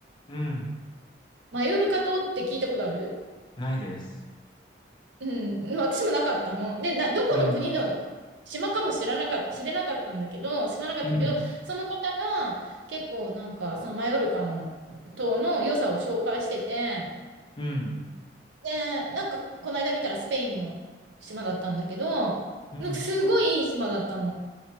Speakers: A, on the left; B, on the right.
A: うん。
B: マヨルカ島って聞いたことある
A: ないです。
B: うん、私もなかったの。で、な、どこの国の島かも知らなかった、
A: うん。
B: 知れなかったんだけど、知らなかったんだけど、
A: うん。
B: その方が結構なんかそのマヨルカの島の良さを紹介してて、
A: うん。
B: で、なんか、この間見たらスペインの島だったんだけど、
A: うん。
B: なんかすごいいい島だったの。